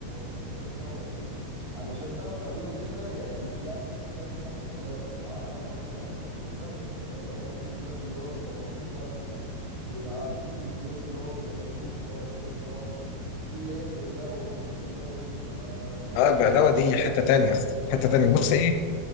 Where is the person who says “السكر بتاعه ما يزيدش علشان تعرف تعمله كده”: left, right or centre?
Left